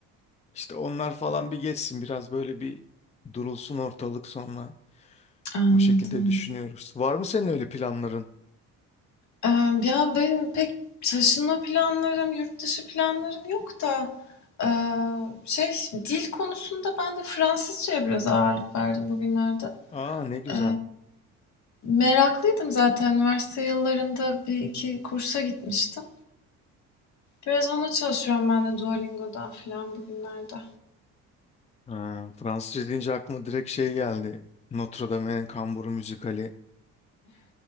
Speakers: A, on the left (about 20°); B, on the left (about 50°).
A: işte onlar falan bir geçsin biraz böyle bir durulsun ortalık sonra
B: Anladım.
A: O şekilde düşünüyoruz. Var mı senin öyle planların?
B: Ee, ya benim pek taşınma planlarım, yurt dışı planlarım yok da ee, şey dil konusunda ben de Fransızcaya biraz ağırlık verdim bugünlerde.
A: Aa ne güzel.
B: Ee, meraklıydım zaten. Üniversite yıllarında bir iki kursa gitmiştim. Biraz ona çalışıyorum ben de Duolingo'dan falan bugünlerde.
A: Ha, Fransızca deyince aklıma direkt şey geldi. Notre Dame'in Kamburu müzikali.